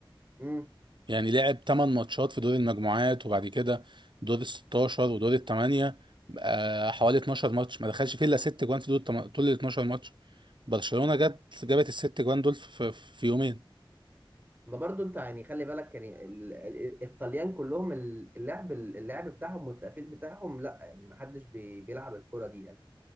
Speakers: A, on the right; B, on the right.
A: امم
B: يعني لعب 8 ماتشات في دور المجموعات وبعد كده دور ال 16 ودور ال 8 بقى حوالي 12 ماتش ما دخلش فيه الا 6 جوان في دول التم- طول ال 12 ماتش برشلونة جت جابت الست جوان دول في, في, في يومين
A: ما برضو انت يعني خلي بالك يعني ال- ال- الطليان كلهم ال- اللعب اللعب بتاعهم والتقفيل بتاعهم لا يعني ما حدش بي- بيلعب الكره دي